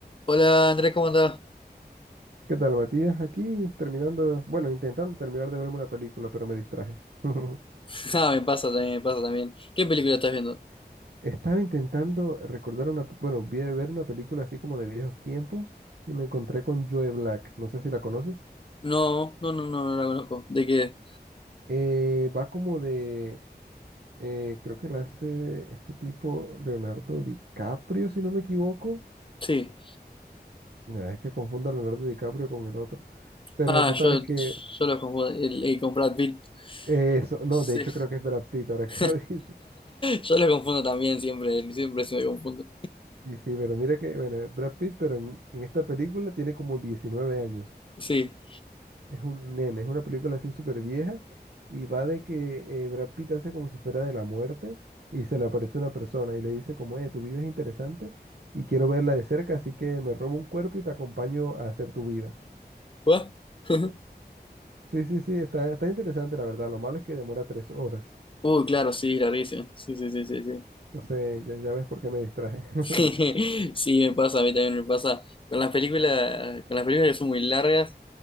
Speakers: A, on the left; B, on the right.
A: Hola Andrés, ¿cómo andás?
B: ¿Qué tal, Matías? Aquí terminando, bueno, intentando terminar de verme una película, pero me distraje. <laughs>
A: <laughs> Ah, me pasa también, me pasa también. ¿Qué película estás viendo?
B: Estaba intentando recordar una, pe- bueno, vi ver una película así como de viejos tiempos y me encontré con Joe Black. No sé si la conoces.
A: No, no, no, no, no la conozco. ¿De qué?
B: Eh, va como de, eh, creo que la hace este tipo Leonardo DiCaprio, si no me equivoco.
A: Sí.
B: Nah, es que confundo a Leonardo DiCaprio con el otro. Pero
A: Ah,
B: total
A: yo,
B: es que
A: yo lo confundo. El, el con Brad Pitt.
B: eh, eso, no,
A: Sí.
B: de hecho creo que es Brad Pitt, ahora
A: <laughs>
B: que lo <laughs>
A: Yo lo confundo también siempre, siempre se me confundo.
B: Sí, sí, pero mira que, bueno, Brad Pitt, pero en, en esta película tiene como 19 años.
A: Sí.
B: Es un nene, es una película así súper vieja y va de que eh, Brad Pitt hace como si fuera de la muerte y se le aparece una persona y le dice como, eh, tu vida es interesante y quiero verla de cerca, así que me robo un cuerpo y te acompaño a hacer tu vida.
A: ¿What? <laughs>
B: Sí, sí, sí, está, está interesante la verdad. Lo malo es que demora tres horas.
A: Uy, claro, sí, la risa. Sí, sí, sí, sí, sí.
B: Entonces, ya, ya ves por qué me distraje.
A: <laughs>
B: <laughs>
A: Sí, me pasa, a mí también me pasa. Con las películas, con las películas que son muy largas,